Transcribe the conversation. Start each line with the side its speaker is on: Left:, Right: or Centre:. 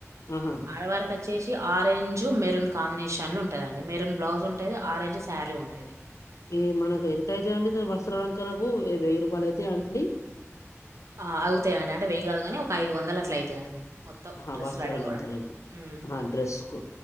Left: ఆహా
Right: ఆడవారి వచ్చేసి ఆరెంజ్ మెరూన్ కాంబినేషన్ల ఉంటదండి మెరన్ బ్లౌజ్ ఉంటది ఆరెంజ్ శారీ ఉంటది
Left: ఈ మనకు ఎంత అయితై అండి వస్త్రాలంకరణకు వెయ్యి రూపాయలు అయితయ అండి
Right: ఆ అగుతాయండి అంటే వెయ్యి కాదు కానీ ఒక ఐదు వందలు అట్ల అయితాయండి మొత్తం
Left: ఆహా
Right: డ్రెస్
Left: వస్త్రాలంకరణకు
Right: రెడీ అవ్వడానికి. హ్మ్.
Left: ఆహా డ్రెస్ కు